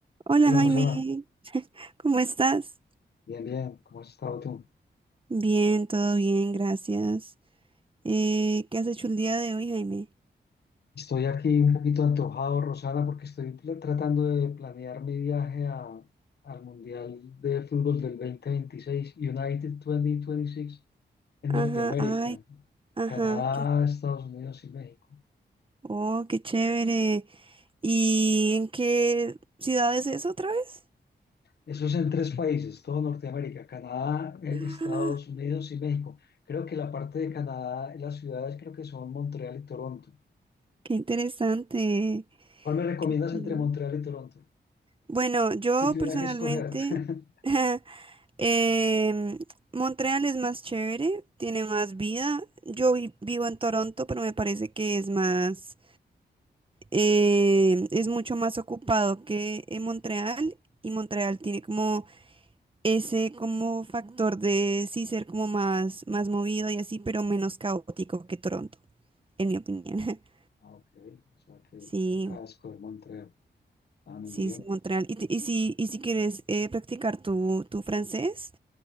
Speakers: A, on the right; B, on the left.
A: Hola
B: Hola
A: Jaime,
B: Rosana,
A: ¿cómo estás?
B: bien, bien, ¿cómo has estado tú?
A: Bien, todo bien, gracias. Eh, ¿qué has hecho el día de hoy, Jaime?
B: Estoy aquí un poquito antojado, Rosana, porque estoy pl- tratando de planear mi viaje a- al Mundial de Fútbol del 2026, United 2026, en
A: Ajá,
B: Norteamérica,
A: ay, ajá,
B: Canadá,
A: qué-
B: Estados Unidos y México.
A: oh, qué chévere. ¿Y en qué ciudad es eso otra vez?
B: Eso es en tres países, todo Norteamérica, Canadá, eh,
A: Ah,
B: Estados Unidos y México. Creo que la parte de Canadá, las ciudades creo que son Montreal y Toronto.
A: Qué interesante.
B: ¿Cuál me recomiendas
A: qué chévere.
B: entre Montreal y Toronto?
A: Bueno, yo
B: Si tuviera
A: personalmente,
B: que escoger. <laughs>
A: <laughs> em, Montreal es más chévere, tiene más vida. Yo vi- vivo en Toronto, pero me parece que es más eh, es mucho más ocupado que en Montreal y Montreal tiene como ese como factor de sí ser como más, más movido y así, pero menos caótico que Toronto, en mi opinión. <laughs>
B: Ah, ok. O sea que
A: Sí,
B: toca escoger Montreal. Ah, muy
A: sí,
B: bien.
A: sí, Montreal. Y, te- y si, y si quieres eh, practicar tu, tu francés,